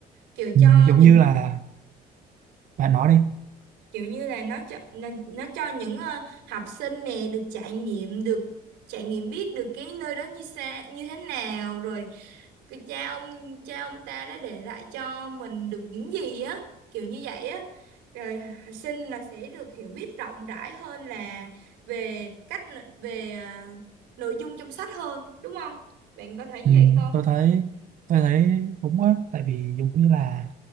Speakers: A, on the right (about 85°); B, on the right (about 50°).
A: Kiểu
B: ừ,
A: cho
B: giống
A: những
B: như là bạn nói đi
A: kiểu như là nó cho nó, nó cho những ờ, học sinh nè được trải nghiệm được trải nghiệm biết được cái nơi đó như xa như thế nào rồi cái cha ông cha ông ta đã để lại cho mình được những gì á kiểu như vậy á rồi học sinh là sẽ được hiểu biết rộng rãi hơn là về cách về ờ, nội dung trong sách hơn đúng không bạn có thấy như
B: ừ,
A: vậy không
B: tôi thấy tôi thấy đúng á tại vì giống như là